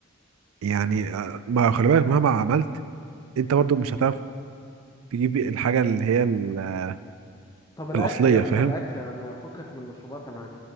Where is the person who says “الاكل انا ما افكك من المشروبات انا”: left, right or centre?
Left